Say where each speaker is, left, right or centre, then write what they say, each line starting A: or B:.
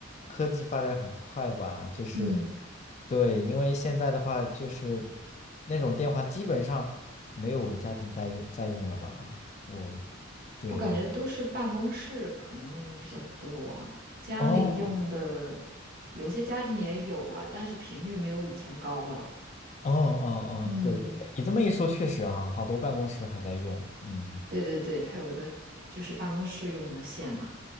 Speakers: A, on the left; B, on the right.
A: 科技发展很快吧，就是
B: 嗯，
A: 对，因为现在的话就是那种电话基本上没有家庭在用在用了吧，我对
B: 我感觉都是办公室可能用的比较多，家里用的
A: 哦
B: 有些家庭也有了，但是频率没有以前高了。
A: 哦哦哦，
B: 嗯。
A: 对对对，你这么一说确实啊，好多办公室还在用，嗯，
B: 对对对，它有一个就是办公室用的线嘛，